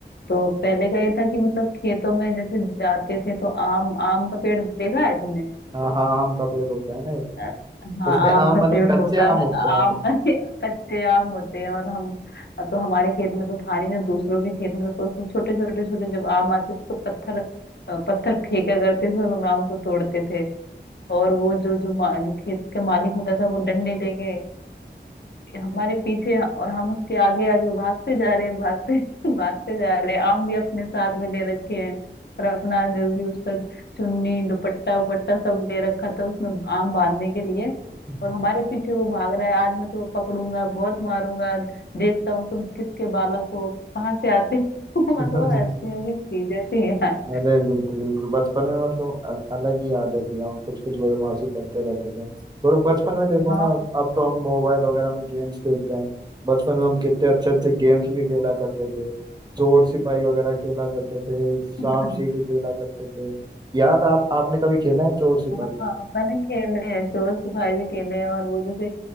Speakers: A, on the left; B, on the right.
A: तो पहले का ये था कि मतलब खेतों में जैसे जाते थे तो आम आम का पेड़ देखा है तुमने
B: हाँ हाँ आम का पेड़ होता है ना एक
A: अ, हाँ
B: उसपे
A: आम
B: आम
A: का पेड़
B: मतलब कच्चे
A: होता
B: आम
A: है
B: उगते हैं
A: आम ना <laughs> ही कच्चे आम होते हैं और हम तो हमारे खेत में तो था नहीं जो दूसरों के खेत में था, तो उसमें छोटे छोटे छोटे जब आम आते थे तो पत्थर अ, पत्थर फेंका करते थे और उन आम को तोड़ते थे और वो जो जो, मा, जो खेत के मालिक होता था वो डंडे लेके हमारे पीछे और हम उसके आगे आगे भागते जा रहे हैं भागते <laughs> भागते जा रहे हैं आम भी अपने साथ में ले रखे हैं और अपना जो भी उसका चुन्नी दुपट्टा उपट्टा सब ले रखा था उसमें आम बांधने के लिए
B: तो,
A: और हमारे पीछे वो भाग रहा है आज मैं तुम्हें पकड़ूंगा बहुत मारूंगा देखता हूँ तुम किसके बालक हो कहाँ से आते हो <laughs>
B: <laughs>
A: मतलब ऐसी ऐसी चीजें थी यार
B: अरे बिल्कुल बिल्कुल बचपन में मतलब अल- अलग ही यादें थी हम कुछ कुछ बदमाशी करते रहते थे और बचपन में देखो
A: हाँ
B: ना अब अब तो हम मोबाइल वगैरह में गेम्स खेलते हैं बचपन में हम कितने अच्छे अच्छे गेम्स भी खेला करते थे चोर सिपाही वगैरह खेला करते थे सांप
A: <laughs>
B: सीढ़ी खेला करते थे याद आप आपने कभी खेला है चोर सिपाही
A: हाँ मैंने खेले हैं चोर सिपाही भी खेले हैं और वो जैसे